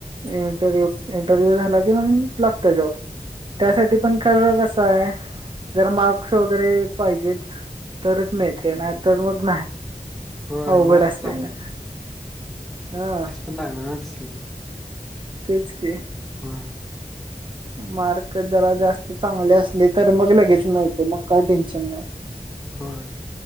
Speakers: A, on the right (about 35°); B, in the centre.
A: इंटरव्ह्यू इंटरव्ह्यू झाला किंवा लागत जॉब
B: हा
A: त्यासाठी पण कर कस आहे जर मग वगैरे पाहिजेत तरच मिळते ना तर मग नाही
B: होय
A: अवघड
B: मार्क्स
A: असते
B: लागणार
A: न हं
B: प लगणारच अस
A: कचप <inaudible>
B: हो.
A: मार्क जरा जास्त चांगले असले तर मग लगेच मा तो मग काय टेन्शन नाही.
B: हो